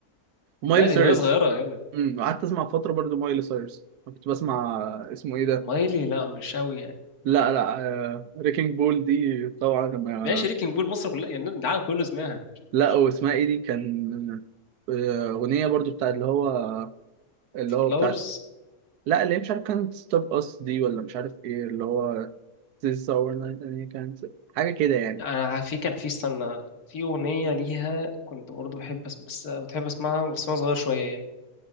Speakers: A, on the right (about 85°); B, on the left (about 70°).
A: ومايلي
B: لا دي
A: سيريس
B: وهي صغيرة يا ابني
A: امم قعدت اسمع فتره برضو مايلي سيريس كنت بسمع اسمه ايه ده
B: مايلي لا مش قوي يعني
A: لا لا آه، ريكينج بول دي طبعا ما-
B: ماشي شريكنج بول مصر كلها يعني العالم كله سمعها مش-
A: لا
B: مش-
A: واسمها ايه دي كان آه، أغنية برضو بتاع اللي هو اللي
B: فلاورز
A: هو بتاعت لا اللي هي مش عارف كانت ستوب أس دي ولا مش عارف ايه اللي هو This is our night and he can't حاجة كده يعني
B: انا في كان في استنى في اغنيه ليها كنت برضه بحب أس... بس بتحب اسمعها بس وانا صغير شويه يعني